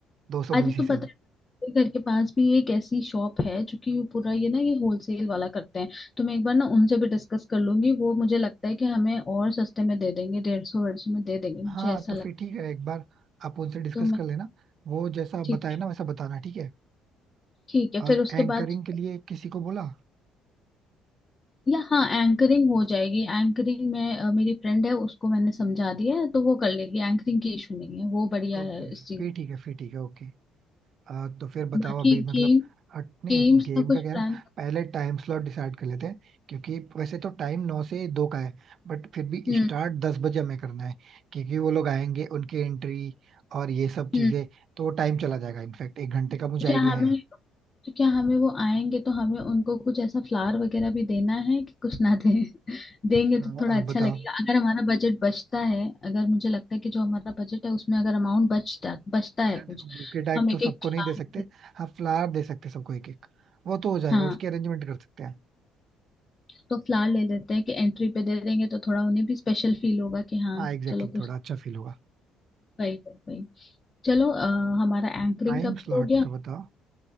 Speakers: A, on the right; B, on the left.
A: दो सौ
B: अरे
A: बीस ही
B: तो
A: सही
B: पता है मेरे घर के पास भी एक ऐसी शॉप है जो कि वो पूरा ये ना ये होलसेल वाला करते हैं तो मैं एक बार ना उनसे भी डिस्कस कर लूंगी वो मुझे लगता है कि हमें और सस्ते में दे देंगे डेढ़ सौ डेढ़ सौ में दे देंगे मुझे
A: हाँ
B: ऐसा
A: तो
B: लगता
A: फिर ठीक
B: है
A: है एक बार आप उनसे डिस्कस
B: तो मैं
A: कर लेना वो जैसा आप
B: ठीक
A: बताए
B: है
A: ना वैसा बताना ठीक है
B: ठीक है
A: और
B: फिर उसके
A: एंकरिंग
B: बाद
A: के लिए किसी को बोला
B: या हाँ एंकरिंग हो जाएगी एंकरिंग में अ, मेरी फ्रेंड है उसको मैंने समझा दिया है तो वो कर लेगी एंकरिंग की इशू नहीं है वो बढ़िया
A: ओके
B: है इस चीज
A: फिर ठीक है फिर ठीक है ओके आ, तो फिर बताओ
B: बाकी
A: अभी मतलब
B: गेम
A: हट नहीं
B: गेम्स
A: गेम
B: का कुछ
A: का क्या
B: प्लान
A: है ना पहले टाइम स्लॉट डिसाइड कर लेते हैं क्योंकि वैसे तो टाइम नौ से दो का है बट फिर भी
B: हम्म
A: स्टार्ट दस बजे हमें करना है क्योंकि वो लोग आएंगे उनकी एंट्री और ये सब
B: हम्म
A: चीजें तो वो टाइम चला जाएगा इनफैक्ट एक घंटे का मुझे
B: तो क्या
A: आइडिया
B: हमें
A: है
B: तो क्या हमें वो आएंगे तो हमें उनको कुछ ऐसा फ्लावर वगैरह भी देना है कि कुछ ना दें <laughs> देंगे
A: आ,
B: तो थोड़ा
A: आप
B: अच्छा
A: बताओ
B: लगेगा अगर हमारा बजट बचता है अगर मुझे लगता है कि जो हमारा बजट है उसमें अगर अमाउंट बचता बचता है
A: यार
B: कुछ
A: देखो बुके टाइप
B: तो हम एक
A: तो सबको
B: एक फ्लावर
A: नहीं दे सकते हाँ फ्लावर दे सकते सबको एक एक वो तो हो जाएगा
B: हाँ
A: उसकी अरेंजमेंट कर सकते हैं
B: तो फ्लावर ले लेते हैं कि एंट्री पे दे देंगे तो थोड़ा उन्हें भी स्पेशल फील होगा कि हाँ
A: हाँ एग्जैक्टली
B: चलो कुछ
A: थोड़ा अच्छा फील होगा
B: भाई भाई भाई चलो अ, हमारा एंकरिंग
A: टाइम
B: कब
A: स्लॉट
B: हो गया
A: का बताओ